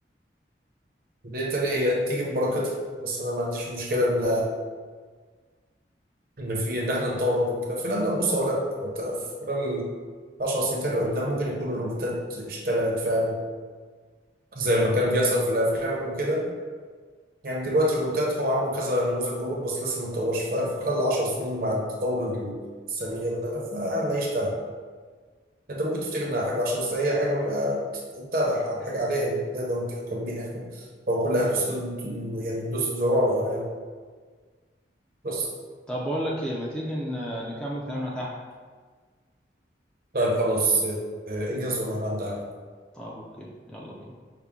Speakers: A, on the right; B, in the centre.
A: لان تاني هي تيجي ببركتها بس انا ما عنديش مشكلة ان ان في ان احنا نطور اكتر من كده في الاغلب بص اقول لك انت في خلال 10 سنين تاني قدام ممكن يكون الروبوتات اشتغلت فعلا زي ما كان بيحصل في الافلام وكده يعني دلوقتي الروبوتات هو عامل كذا نموذج روبوت بس لسه ما اتطورش ف- في خلال 10 سنين مع التطور السريع ده فهنلاقيه اشتغل انت ممكن تفتكر انها حاجه عشان بس هي حاجه تتابع حاجه عاديه نقدر نتحكم بيها احنا، هو كلها دوس يعني ندوس الزرار ولا حاجه بس
B: طب بقول لك ايه ما تيجي ن- نكمل كلامنا تحت
A: طيب خلاص اه، اجهز وانا هعدي عليك
B: طب اوكي يلا بينا